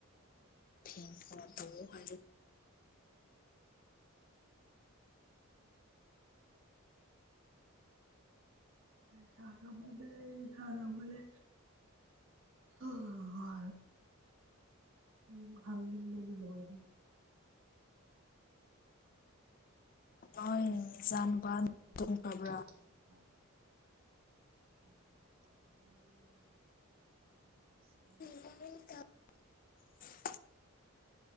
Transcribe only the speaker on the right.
ꯁꯥꯔꯝꯒꯅꯤ ꯁꯥꯔꯝꯒꯅꯤ ꯍ ꯌꯨꯝ ꯍꯪꯅꯤꯡꯕꯅ ꯂꯣꯏꯔꯦ
ꯎꯝ
ꯍꯧꯒꯠꯅꯤꯡꯉꯥꯏꯁꯨ
ꯇꯟꯕ ꯌꯥꯝꯅ ꯇꯜꯂꯤ ꯌꯥꯝ ꯉꯁꯦ